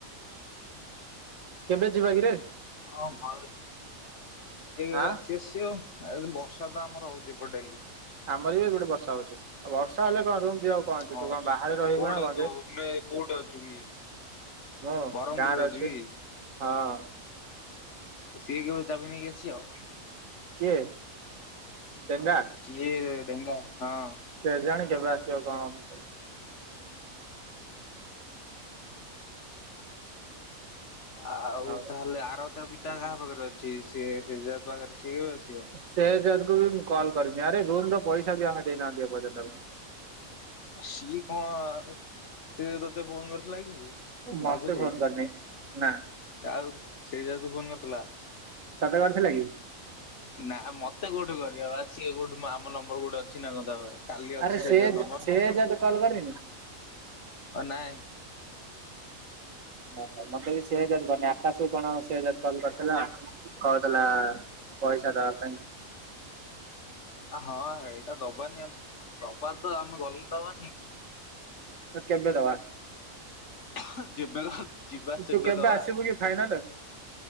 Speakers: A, on the right (about 70°); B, on the left (about 60°).
A: କେବେ ଯିବା କିରେ।
B: <unintelligible> ଆଉ ବର୍ଷା ତ
A: ଆଁ
B: ଆମର ହଉଛି ଏପଟେ ଡେଲି।
A: ଆମର ବି ଏପଟେ ବର୍ଷା ହଉଛି ଆଉ ବର୍ଷା କଁ ରୁମ ଯିବାକୁ। କଣ ଅଛି
B: ହଁ
A: ତୁ କଣ
B: ବର୍ଷେ
A: ବାହାରେ ରହିବୁ
B: କଉଠେ
A: ନା କଣ
B: ତୁ
A: ଯେ
B: ଭୁବନେ କଉଠେ ଅଛୁ କି।
A: ମୁଁ
B: ବାରମପୁରରେ
A: ଗାଁରେ ଅଛି
B: ଅଛୁ କି।
A: ହଁ।
B: ସିଏ କେବେ ଚାବି ନେଇକି ଆସିବ।
A: କିଏ ଡେଙ୍ଗା।
B: କିଏ ଡେଙ୍ଗା ହଁ।
A: କେଜାଣି କେବେ ଆସିବ କଣ ହବ।
B: ଆଉ
A: ହଁ
B: ତାହେଲେ ଆର ଚାବିଟା କାହା ପାଖରେ ଅଛି ସେ ସେହେଜାଦ ପାଖରେ ସିଏ କେବେ ଆସିବ।
A: ସେହଜାଦ କୁୁ ବି ମୁଁ କଲ୍ କରିନି ଆରେ ରୁମ୍ ର ପଇସା ବି ଆମେ ଦେଇନାହାନ୍ତି ଏପର୍ଯ୍ୟନ୍ତ।
B: ସିଏ କଁ। ସେୟା ତୋତେ ଫୋନ କରିଥିଲାକି
A: ମତେ
B: ମାଗୁଚି?
A: ଫୋନ୍ କରିନି ନା
B: ଆଉ ସେଇ ଜେହେତୁ ଫୋନ କରିଥିଲା।
A: ତତେ କରିଥିଲା କି?
B: ନା ମତେ କୋଉଠି କରିବ ବା ସିଏ କୋଉଠି ଆମ ନମ୍ବର କୋଉଠୁ ଅଛି ନା କଣ ତା ପାଖରେ। କାଲି ଅଛି
A: ଆରେ
B: ସେଜା
A: ସେ
B: ନମ୍ବର
A: ସେ
B: ନା
A: ଜଦି କଲ୍ କରେନି
B: ଓ ନାଇଁ
A: ଓ ହଁ ମତେବି ସେ ଜଦ କରିନି ଆକାଶକୁ ବି କଣ ସେ ଜଦୀ କଲ କରିଥିଲା। କହୁଥିଲା ପଇସା ଦବା ପାଇଁ।
B: ହଁ ଏଇଟା ଦବାନି ଦବାତ ଆମେ ଗଲେ ଦବାନି।
A: କେବେ ଦବା?
B: <unintelligible> ଯେବେ ଜିବା ସେବେ
A: ତୁ କେବେ
B: ଦବା।
A: ଆସିବୁ କି ଫାଇନାଲ?